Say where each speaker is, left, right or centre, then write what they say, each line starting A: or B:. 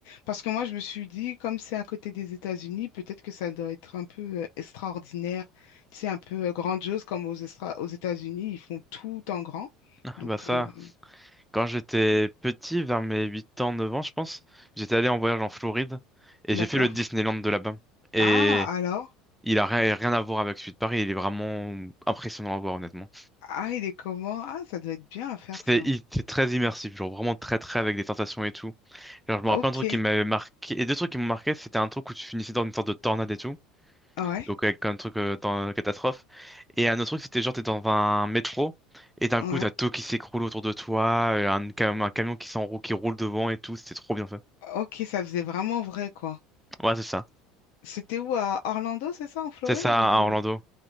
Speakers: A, on the left; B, in the centre.
A: Parce que moi, je me suis dit, comme c'est à côté des États-Unis, peut-être que ça doit être un peu euh, extraordinaire. C'est un peu euh, grandiose, comme aux, Estra- aux États-Unis, ils font tout en grand.
B: Ah,
A: Donc,
B: bah ça,
A: euh,
B: quand j'étais petit, vers mes 8 ans, 9 ans, je pense, j'étais allé en voyage en Floride et
A: d'accord.
B: j'ai fait le Disneyland de là-bas. Et
A: Ah, alors?
B: il a rien, rien à voir avec celui de Paris, il est vraiment impressionnant à voir, honnêtement.
A: Ah, il est comment? Ah, ça doit être bien à faire
B: C'était
A: ça.
B: il était très immersif, genre vraiment très très avec des tentations et tout. Genre, je me
A: Ok.
B: rappelle un truc qui m'avait marqué, et deux trucs qui m'ont marqué, c'était un truc où tu finissais dans une sorte de tornade et tout,
A: Ouais,
B: donc avec un truc euh, dans catastrophe, et un autre truc c'était genre t'es dans un métro, et d'un
A: ouais.
B: coup t'as tout qui s'écroule autour de toi, euh, un, cam- un camion qui s'enroule, qui roule devant et tout, c'était trop bien fait.
A: Ok, ça faisait vraiment vrai, quoi.
B: Ouais, c'est ça.
A: C'était où, à Orlando, c'est ça, en Floride
B: C'est ça
A: ou...
B: à Orlando.